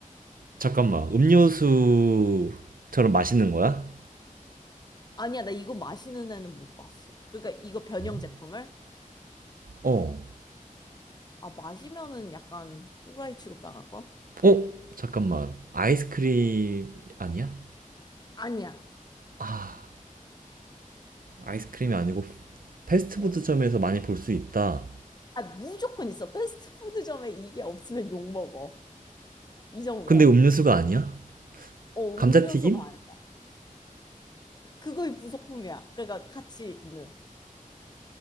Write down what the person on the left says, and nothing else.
아니야, 나 이거 마시는 애는 못 봤어. 그러니까 이거 변형
제품을
아 마시면은 약간 또라이 취급 당할 걸?
아니야.
어.
아 무조건 있어. 패스트푸드점에 이게 없으면 욕 먹어. 이 정도야.
어,
음료수가 아니야. 그거의 부속품이야. 그러니까 같이 있는.